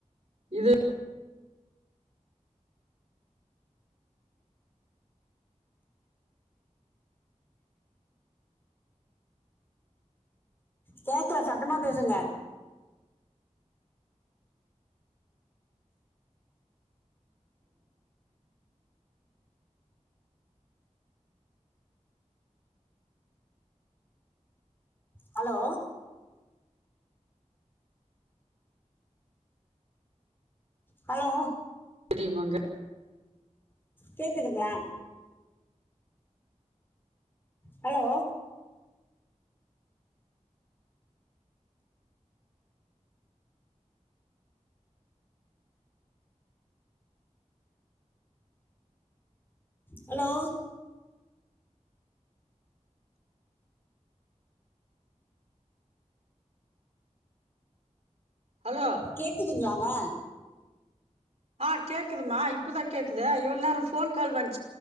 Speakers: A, on the right; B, on the left.
A: இது
B: கேக்கல சத்தமா பேசுங்க ஹலோ ஹலோ
A: தெரியுமாங்க
B: கேக்குதுங்ளா ஹலோ ஹலோ
A: ஹலோ
B: கேக்குதுங்ளாங்க
A: ஆ கேக்குதும்மா இப்பதா கேக்குது இவ்ள நேரோ ஃபோன் கால் வந்